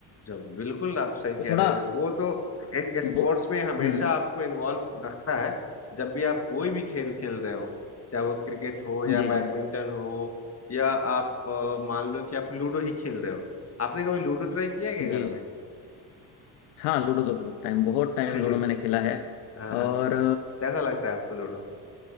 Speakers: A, on the left; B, on the left.
A: जब बिल्कुल आप सही कह
B: तो थोड़ा
A: रहे हैं वो तो एक स्पोर्ट्स
B: वो
A: में हमेशा
B: हम्म
A: आपको इन्वॉल्व रखता है जब भी आप कोई भी खेल खेल रहे हो चाहे वो क्रिकेट हो या
B: जी
A: बैडमिंटन
B: जी
A: हो या आप अ, मान लो कि आप लूडो ही खेल रहे हो आपने कभी लूडो ट्राई किया है क्या
B: जी
A: घर में
B: हाँ लूडो तो बहुत टाइम बहुत टाइम
A: <laughs>
B: लूडो मैंने खेला है
A: हाँ
B: और
A: हाँ कैसा लगता है आपको लूडो